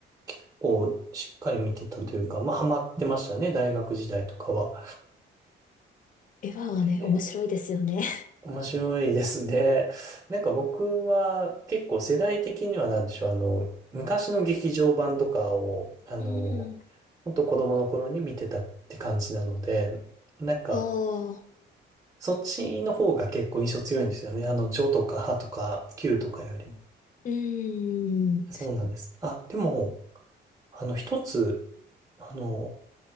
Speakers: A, on the right (about 15°); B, on the left (about 40°).
A: 結構しっかり見てたというか、まあハマってましたね、大学時代とかは。
B: ー、エヴァはね、
A: で、
B: 面白いですよね。
A: 面白いですね。なんか僕は結構世代的にはなんでしょう、あの、昔の劇場版とかを、
B: <laughs>
A: あの、
B: うーん。
A: 本当子供の頃に見てたって感じなので、なんか、
B: ああ、
A: そっちの方が結構印象強いんですよね。あの、ジョとかハとかキューとかよりも。
B: うーん。
A: そうなんです。あ、でも、あの、一つ、あの、